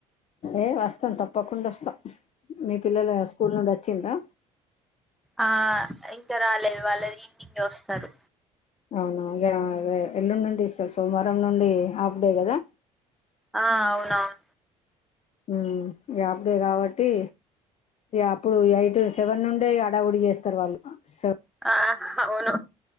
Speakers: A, on the left; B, in the centre.
A: ఏ వస్తాం తప్పకుండా వస్తాం మీ పిల్లలు స్కూల్ నుండి వ చ్చిండ్రా
B: ఆ ఇంకా రాలేదు వాళ్ళు ఈవినింగే వస్తారు
A: అవునా అదేదే ఎల్లుండి నుండి ఇస్తారు సోమవారం నుండి హాఫ్ డే కదా
B: ఆ అవునవు
A: ఉమ్ ఇగ ఆఫ్ డే కాబట్టి అప్పుడు ఎయిట్ సెవెన్ నుండే అడావుడి చేస్తారు వాళ్ళు సె
B: ఆ అవును